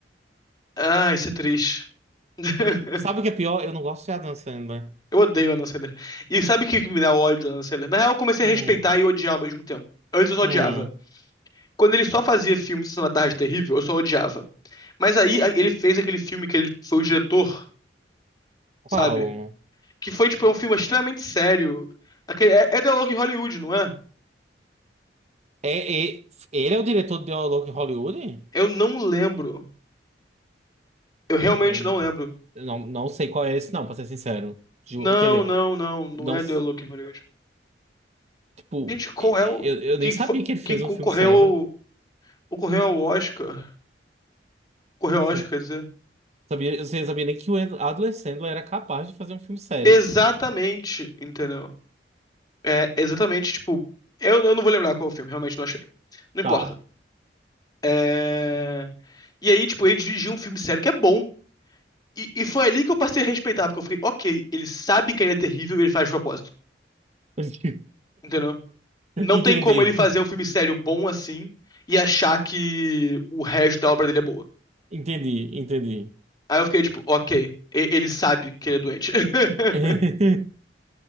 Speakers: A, on the left (about 25°); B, on the right (about 40°).
A: Ah, isso é triste. <laughs>
B: Eu- sabe o que é pior? Eu não gosto de Adam Sandler.
A: Eu odeio a Anna Sandler. E sabe o que que me dá ódio da Anna Sandler? Na real, eu comecei
B: Hum,
A: a respeitar e odiar ao mesmo tempo. Antes eu só
B: hum.
A: odiava. Quando ele só fazia filme de Sessão da Tarde Terrível, eu só odiava. Mas aí a- ele fez aquele filme que ele foi o diretor,
B: Qual?
A: sabe? Que foi, tipo, é um filme extremamente sério. Aquele, é, é The Log Hollywood, não é?
B: É, é- ele é o diretor de Dialog em Hollywood?
A: Eu não lembro. Eu realmente
B: Hum,
A: não lembro.
B: não, não sei qual é esse, não, pra ser sincero. Ju-
A: Não,
B: Quer dizer,
A: não, não. Não
B: não.
A: é
B: s-
A: The Log Hollywood.
B: Tipo,
A: Gente, qual
B: e-
A: é
B: e-
A: o...
B: eu, eu
A: Que,
B: nem sabia
A: fo-
B: que ele fez
A: que concorreu
B: um filme sério.
A: ao... Concorreu ao Oscar. Correu
B: <laughs>
A: ao Oscar, quer dizer.
B: Sabia, eu não sabia nem que o Ed- Adam Sandler era capaz de fazer um filme sério.
A: Exatamente, entendeu? É, exatamente, tipo... Eu, eu não vou lembrar qual é o filme, realmente não achei. Não importa.
B: Tá.
A: É... E aí, tipo, ele dirigiu um filme sério que é bom. E, e foi ali que eu passei a respeitar, porque eu fiquei, ok, ele sabe que ele é terrível e ele faz de propósito.
B: <laughs>
A: Entendeu? Não
B: Entendi.
A: tem como ele fazer um filme sério bom assim e achar que o resto da obra dele é boa.
B: Entendi, entendi.
A: Aí eu fiquei tipo, ok, e- ele sabe que ele é doente. <laughs>
B: <laughs>